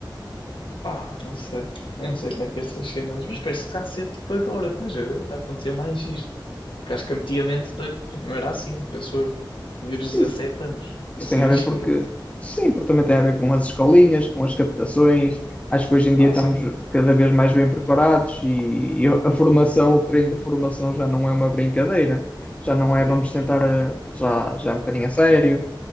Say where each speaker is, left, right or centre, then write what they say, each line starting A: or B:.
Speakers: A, on the left (about 90°); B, on the left (about 15°).
A: Pá, não sei, eu não sei como é que é essas cenas, mas parece que está a ser tipo agora, estás a ver? Está a acontecer mais isto. Porque acho que antigamente de- não era assim, penso eu. Miúdos de
B: Isso,
A: 17 anos,
B: isso
A: assim,
B: tem a
A: <laughs>
B: ver porque.
A: não,
B: Sim, porque também tem a ver com as escolinhas, com as captações. Acho que hoje em dia
A: pá,
B: estamos
A: assim,
B: cada vez mais bem preparados e, e a formação, o treino de formação já não é uma brincadeira. Já não é,
A: pois,
B: vamos tentar, eh, já, já é um bocadinho a sério